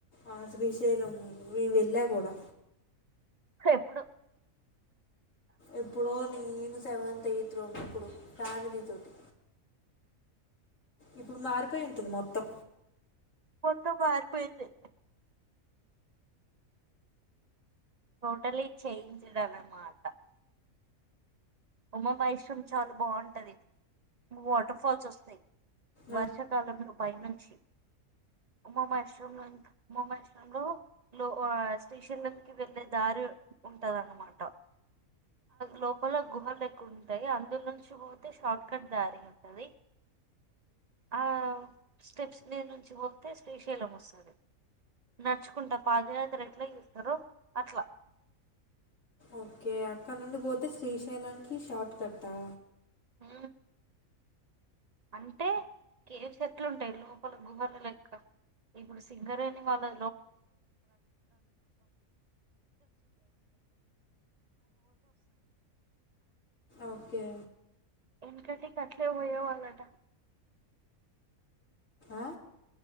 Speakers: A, on the left; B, on the right.
A: ఆ శ్రీశైలం మేము వెళ్ళా కూడా
B: ఎప్పుడు
A: ఎప్పుడో నేను సెవెంత్ యయిత్ లో ఉన్నప్పుడు ఫ్యామిలీతోటి ఇప్పుడు మారిపోయి ఉంటుంది మొత్తం
B: మొత్తం మారిపోయింది టోటలీ చేంజ్డ్ అన్నమాట ఉమామాహేశ్రం చాలా బాగుంటది ఉమ్ వాటర్ ఫాల్స్ వస్తాయి వర్షాకాలంలో
A: ఆ,
B: పై నుంచి ఉమామాహేశ్వరం ఉమామాహేశ్వరంలో లో ఆ శ్రీశైలంనికి వెళ్ళే దారి ఉంటది అన్నమాట లోపల గుహలు ఎక్కువ ఉంటాయి అందులో నుంచి పోతే షార్ట్ కట్ దారి ఉంటంది ఆ స్టెప్స్ మీద నుంచి పోతే శ్రీశైలం వస్తుంది నడుచుకుంటా పాదయాత్ర ఎట్లా చేస్తారో అట్లా
A: ఓకే అక్కడ నుండి పోతే శ్రీశైలానికి షార్ట్ కట్టా
B: హు అంటే గేట్స్ ఎట్లుంటాయి లోపల గుహలు లెక్క ఇప్పుడు సింగరేణి వాళ్ళు
A: ఓకే
B: ఎందుకంటే ఇక అట్లే పోయే వాళ్ళట
A: ఆ?